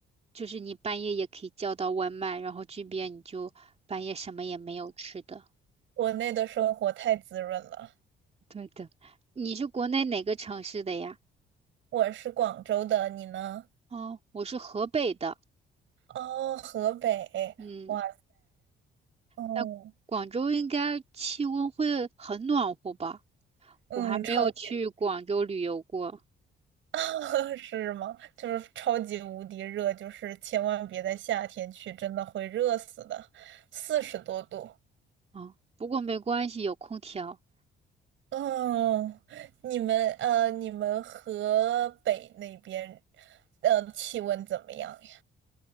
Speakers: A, on the right (about 30°); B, on the right (about 75°).
A: 就是你半夜也可以叫到外卖，然后这边你就半夜什么也没有吃的。
B: 国内的生活太滋润了。
A: 对的，你是国内哪个城市的呀？
B: 我是广州的，你呢？
A: 哦，我是河北的，
B: 哦，河北，
A: 嗯，
B: 哇，哦，
A: 但广州应该气温会很暖和吧？
B: 嗯，
A: 我还没有去广州旅游过
B: 超级 <laughs> 是吗？就是超级无敌热，就是千万别在夏天去，真的会热死的，四十多度。
A: 啊，不过没关系，有空调
B: 哦，你们呃，你们河北那边，呃，气温怎么样呀？